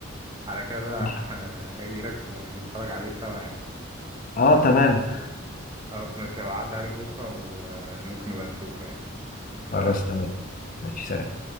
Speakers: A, on the right; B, on the left.
A: على كده بقى
B: اه
A: <laughs> اجي لك ونتفرج عليه سوا يعني
B: آه، تمام
A: خلاص ماشي هعدي عليك بكرة وممكن نبقى نشوفه يعني
B: خلاص
A: سلام
B: تمام ماشي سلام